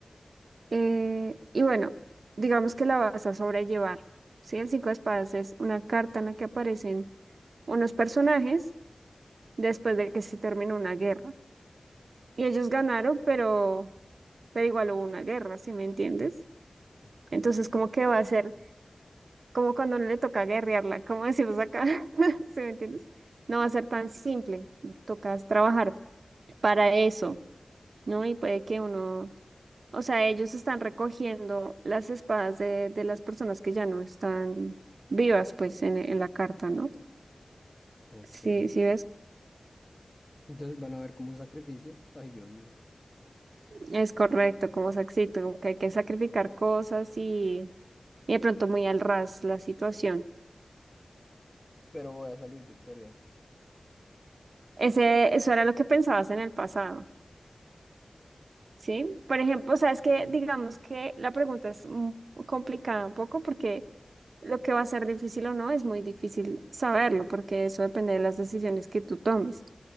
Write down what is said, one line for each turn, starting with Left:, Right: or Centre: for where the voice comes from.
Right: eh, y bueno, digamos que la vas a sobrellevar. Sí, el cinco de espadas es una carta en la que aparecen unos personajes después de que se terminó una guerra. Y ellos ganaron, pero, pero igual hubo una guerra, ¿sí me entiendes?
Left: Ok,
Right: Entonces, como que va a ser como cuando no le toca guerrearla, como decimos acá, <laughs> ¿sí me entiendes? No va a ser tan simple, tocas trabajar para eso, ¿no? Y puede que uno, o sea, ellos están recogiendo las espadas de, de las personas que ya no están vivas, pues, en, en la carta, ¿no?
Left: ok.
Right: Sí, sí ves,
Left: Entonces van a ver como sacrificios. Ay, Dios mío.
Right: es correcto, como Saxito, como que hay que sacrificar cosas y, y de pronto muy al ras la situación.
Left: Pero voy a salir victorioso.
Right: Ese, eso era lo que pensabas en el pasado. ¿sí? Por ejemplo, sabes que digamos que la pregunta es un- complicada un poco porque lo que va a ser difícil o no es muy difícil saberlo porque eso depende de las decisiones que tú tomes.